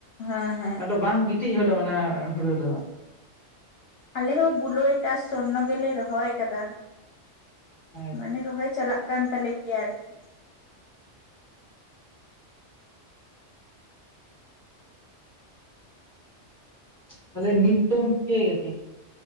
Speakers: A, on the left; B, on the left.
A: ᱦᱮᱸ ᱦᱮᱸ
B: ᱟᱫᱚ ᱵᱟᱝ ᱜᱤᱛᱤᱡ ᱦᱚᱫᱚᱜᱼᱟ ᱚᱱᱟ ᱦᱩᱲᱩ ᱫᱚ ᱦᱟᱸᱜ᱾
A: ᱟᱞᱮ ᱦᱚᱸ ᱵᱩᱞᱳᱭ ᱴᱟᱥᱥᱚ ᱥᱚᱨᱱᱚ ᱜᱮᱞᱮ ᱨᱚᱦᱚᱭ ᱟᱠᱟᱫᱟ᱾
B: ᱟᱪᱪᱷᱟ,
A: ᱢᱟᱱᱮ ᱨᱚᱦᱚᱭ ᱪᱟᱞᱟᱜ ᱠᱟᱱ ᱛᱟᱞᱮ ᱜᱮᱭᱟ ᱟᱨᱠᱤ᱾
B: ᱛᱟᱦᱞᱮ ᱱᱤᱫ ᱫᱚᱢ ᱪᱤᱠᱟᱹᱭ ᱜᱮ ᱛᱮ?